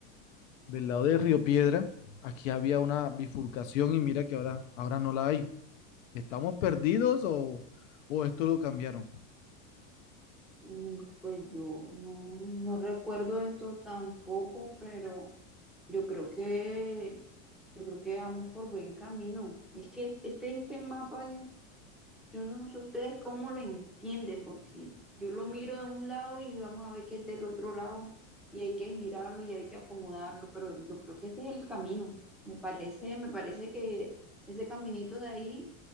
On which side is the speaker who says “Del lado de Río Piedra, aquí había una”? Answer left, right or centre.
Left